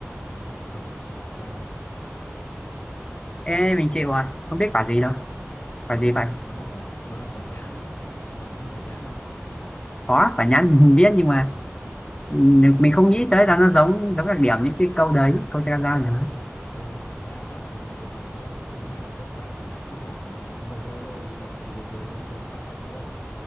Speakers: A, on the left; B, on the left.
A: không quả bóng sai rồi
B: ê mình chịu rồi không biết quả gì đâu
A: ờ,
B: quả gì vậy
A: nó là quả nó là quả nhãn đấy bạn nghĩ bạn biết quả nhãn không
B: có quả nhãn mình biết nhưng mà ừ,
A: Và
B: mình
A: phải nghĩ
B: không
A: kỹ
B: nghĩ
A: thôi đúng
B: tới
A: không?
B: là nó giống giống đặc điểm những cái câu đấy câu tra ra nhỉ
A: Ờ thử đây, đây, da cóc mà bọc bột lọc đúng không? Thì có phải là ở ngoài quả nhãn cái vỏ nó màu lâu lâu rồi có cái đốm đốm giống, giống da cóc đúng không?